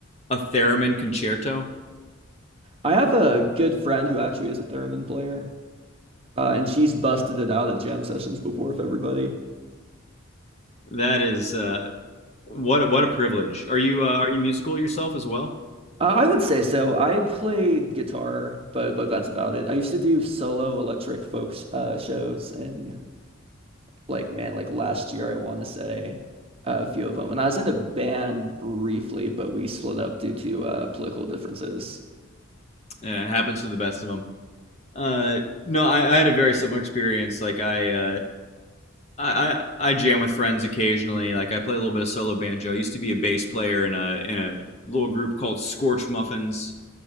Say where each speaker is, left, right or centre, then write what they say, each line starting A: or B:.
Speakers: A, on the left; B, on the right.
A: a theremin concerto
B: I have a good friend who actually is a theremin player, uh, and she's busted it out at jam sessions before with everybody.
A: that is uh what what a privilege are you uh, are you musical yourself as well
B: Uh, I would say so. I played guitar, but but that's about it. I used to do solo electric folk uh, shows, and like man, like last year I want to say uh, a few of them. And I was in a band briefly, but we split up due to uh, political differences.
A: Yeah, it happens to the best of them. Uh, no, I, I had a very similar experience. Like I, uh, I, I, I jam with friends occasionally. Like I play a little bit of solo banjo. I used to be a bass player in a in a little group called Scorch Muffins.